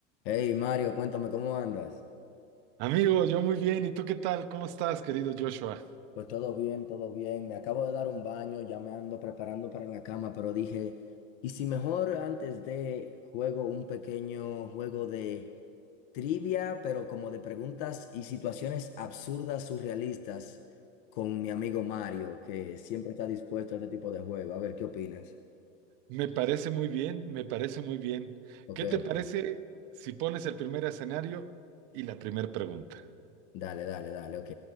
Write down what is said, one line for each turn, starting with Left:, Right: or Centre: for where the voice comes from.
Left: Hey Mario, cuéntame cómo andas.
Right: Amigo, yo muy bien. ¿Y tú qué tal? ¿Cómo estás, querido Joshua?
Left: Pues todo bien, todo bien. Me acabo de dar un baño, ya me ando preparando para la cama, pero dije, ¿y si mejor antes de juego un pequeño juego de trivia, pero como de preguntas y situaciones absurdas, surrealistas, con mi amigo Mario, que siempre está dispuesto a este tipo de juego? A ver, ¿qué opinas?
Right: Me parece muy bien, me parece muy bien.
Left: Ok,
Right: ¿Qué te
Left: ok.
Right: parece si pones el primer escenario y la primera pregunta?
Left: Dale, dale, dale, ok.